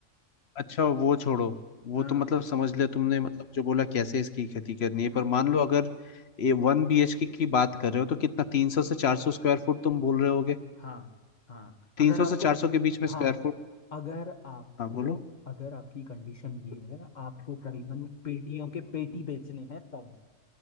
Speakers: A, on the left; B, on the left.
A: अच्छा वो छोड़ो वो
B: हाँ
A: तो मतलब समझ लिया तुमने मतलब जो बोला कैसे इसकी खेती करनी है पर मान लो अगर ए वन बी एच के की बात कर रहे हो तो कितना तीन सौ से चार सौ स्क्वायर फुट तुम बोल रहे होगे
B: हाँ हाँ
A: तीन
B: अगर
A: सौ
B: आपको
A: से चार सौ के बीच में स्क्वायर
B: हाँ
A: फुट
B: अगर आपको
A: हाँ बोलो
B: अगर आपकी कंडीशन ये है आपको करीबन पेटियों के पेटी बेचने हैं तब